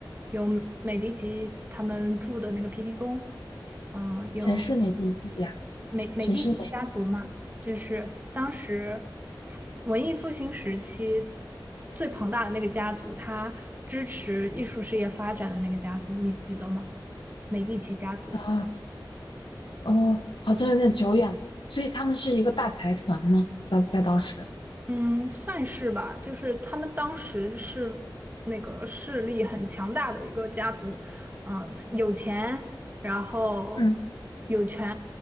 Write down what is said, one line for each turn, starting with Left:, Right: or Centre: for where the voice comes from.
Right: 有美第奇他们住的那个皮提宫，嗯、有
Left: 谁是美第几呀？
Right: 美美第奇家族嘛，
Left: 谁是美第几
Right: 就是当时文艺复兴时期最庞大的那个家族，它支持艺术事业发展的那个家族，你记得吗？美第奇家族。
Left: 啊？哦，好像有点久远了，所以他们是一个大财团嘛，当在当时，
Right: 嗯，算是吧，就是他们当时是那个势力很强大的一个家族，嗯、有钱，然后
Left: 嗯，
Right: 有权，